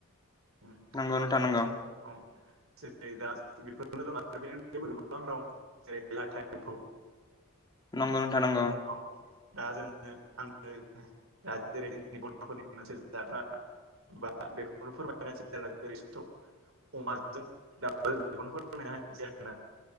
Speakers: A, on the right; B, on the left.
A: <unintelligible>
B: नंगौ नोंथां नंगौ
A: <unintelligible>
B: नंगौ नोंथां
A: बे
B: नंगौ।
A: <unintelligible> <unintelligible> अमाजों दाउजों बेखौनो फोरमायना होनोसै आरोना।